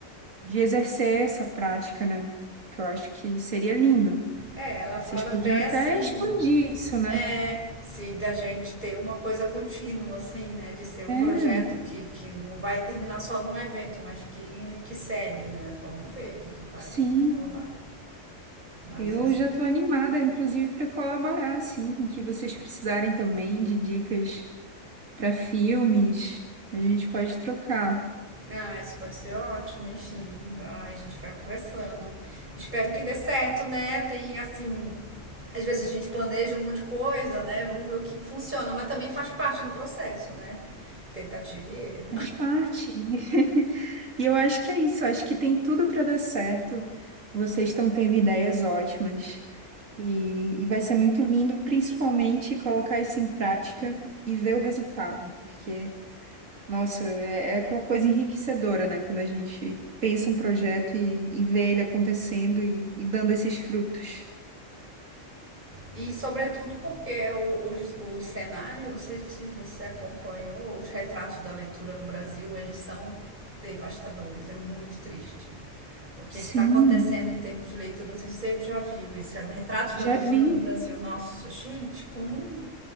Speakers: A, on the right (about 90°); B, on the right (about 35°).
A: de exercer essa prática, né? Que eu acho que seria lindo.
B: É, ela fala
A: Vocês podiam
B: até
A: até
B: assim,
A: expandir isso, né?
B: É, se da gente ter uma coisa contínua, assim, né? De ser um
A: É,
B: projeto que, que não vai terminar só num evento, mas que, que segue, né? Vamos ver o que, que vai
A: sim.
B: rolar. Mas
A: Eu
B: vai ser-
A: já estou animada, inclusive, para colaborar, assim, com o que vocês precisarem também de dicas para filmes. A gente pode trocar.
B: ah, isso pode ser ótimo, enfim. Ah, a gente vai conversando. Espero que dê certo, né? Tem assim. Às vezes a gente planeja um monte de coisa, né? Vamos ver o que que funciona, mas também faz parte do processo, né? Tentativa e erro.
A: Faz parte. <laughs> E eu acho que é isso, eu acho que tem tudo para dar certo. Vocês estão tendo ideias ótimas e, e vai ser muito lindo, principalmente colocar isso em prática e ver o resultado, porque, nossa, é, é aquela coisa enriquecedora, né? Quando a gente pensa um projeto e, e vê ele acontecendo e, e dando esses frutos.
B: E sobretudo porque o, o, o cenário, não sei se você acompanhou, os retratos da leitura no Brasil, eles são devastadores, é muito triste. O que
A: Sim,
B: está acontecendo em termos de leitura, não sei se você já viu isso, é um retrato
A: já
B: da leitura
A: vi.
B: no Brasil. Nossa, gente, como.